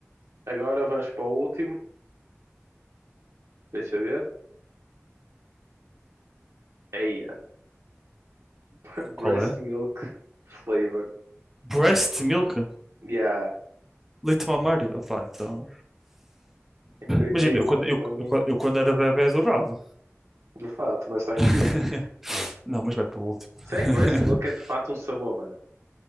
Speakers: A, on the right (about 80°); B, in the centre.
A: agora vamos para o último, deixa eu ver. Aí, <laughs> Breast
B: Qual é?
A: milk flavor.
B: Breast milk?
A: Yeah,
B: Leite mamário? Opá, então.
A: em primeiro,
B: Imagina, eu quando,
A: mano,
B: eu,
A: para mim.
B: eu- eu quando era bebê adorava.
A: De fato, mas está em
B: <laughs>
A: quinto.
B: Não, mas vai para o último. <laughs>
A: Será que breast milk é de fato um sabor, mano?